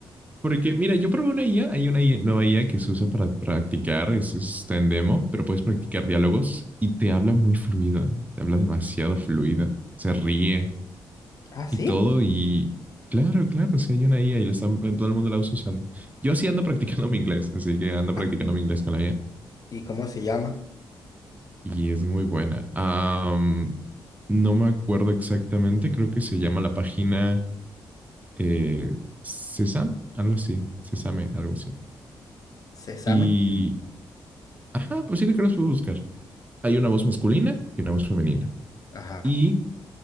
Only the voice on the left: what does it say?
Ah, sí.
Ah,
¿y cómo se llama?
Sésame.
Ajá.